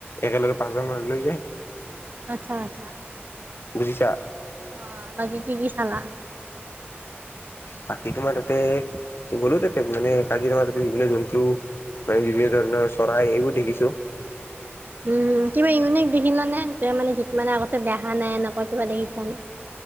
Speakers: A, on the left (about 60°); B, on the right (about 45°).
A: একেলগে পাঁচজন মানুহ লৈ যায়।
B: আচ্ছা আচ্ছা।
A: বুজিছা?
B: অ', বাকী কি কি চালা?
A: বাকী তোমাৰ তাতে ত' গ'লো তাতে মানে কাজিৰঙা তাতে বিভিন্ন জন্তু। মানে বিভিন্ন ধৰণৰ চৰাই এইবোৰ দেখিছো।
B: উম, কিবা ইউনিক দেখিল নে যে মানে যি মানে আগতে দেহা নাই এনেকুৱা কিবা দেখিছা নে?